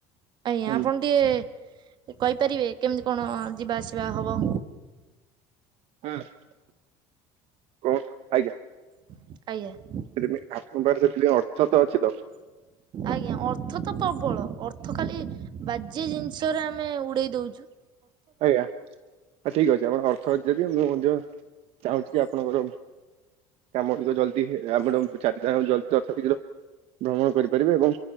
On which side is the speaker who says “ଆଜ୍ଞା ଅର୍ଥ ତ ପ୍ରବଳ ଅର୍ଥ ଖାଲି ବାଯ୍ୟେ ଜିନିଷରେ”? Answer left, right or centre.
Right